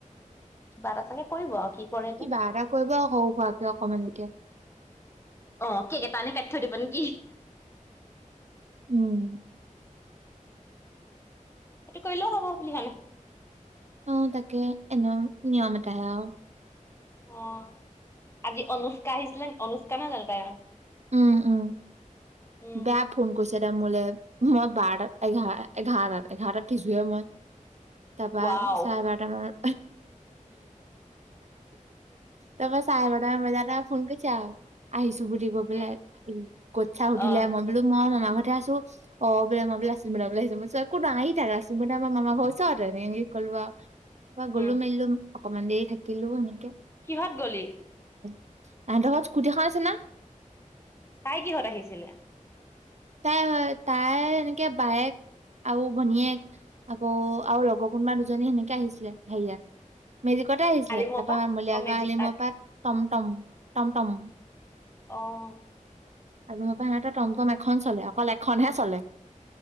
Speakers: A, on the left; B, on the right.
A: কিবা এটা চাগে কৰিব আৰু কি কৰে এতিয়া
B: কিবা এটা কৰিব আৰু সৰু সুৱাকে অকমানি কে।
A: অ' কেক এটা আনি কাটি থৈ দিব নেকি?
B: উম।
A: সেইটো কৰিলেও হ'ব বুলি হোৱা <unintelligible>
B: অ', তাকে এনেও নিয়ম এটাহে আৰু।
A: অ', আজি অনুষ্কা আহিছিলে, অনুষ্কা নহয় জানো তাইৰ‌ নাম?
B: উম, উম।
A: উম
B: বেয়া ফোন কৰিছে তাই মোলে। মই বাৰটা, এঘাৰ, এঘাৰতা-এঘাৰতাত উঠিছোঁহে মই। তাপা
A: ৱাও
B: চাৰে বাৰটা মানত তাপা চাৰে বাৰটা‌ মান বজাৰ আৰু ফোন কৰিছে আৰু, আহিছোঁ বুলি কৈ পেলাই
A: উম
B: <unintelligible> উঠিলে
A: অ'।
B: মই বোলো মই মামাৰ ঘৰতহে আছোঁ অ', বোলে মই বোলে <unintelligible> আহিছোঁ একো নহয় আহি থাকা <unintelligible> মামাৰ ঘৰ ওচৰতে ক'লো আৰু গ'লো,
A: উম
B: মেলিলোঁ অকমান দেৰি থাকিলোঁ সেনেকে।
A: কিহঁত গলি?
B: তাহাতৰ ঘৰত স্কুটি এখন আছে না।
A: তাই কিহঁত আহিছিলে?
B: তাই, তাই এনেকে বায়েক আৰু ভনীয়েক আকৌ আৰু লগৰ কোনোবা দুজনী সেনেকে আহিছিলে হেৰিয়াত। মেজিকতে আহিছিলে।
A: আলিমৰ
B: তাৰপা
A: পৰা
B: মলিয়াগাওঁ
A: অ' মেজিক
B: আলিমৰ পৰা টমটম, টমটম।
A: অ'।
B: <unintelligible> সিহঁতৰ টমটম এখন চলে, অকল এখনহে চলে।